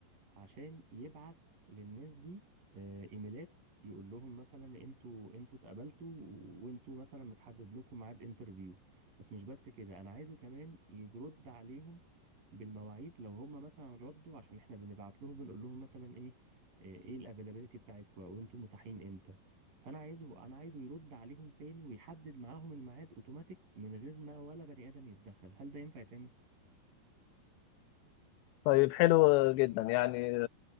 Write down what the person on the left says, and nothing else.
طيب حلو جدا يعني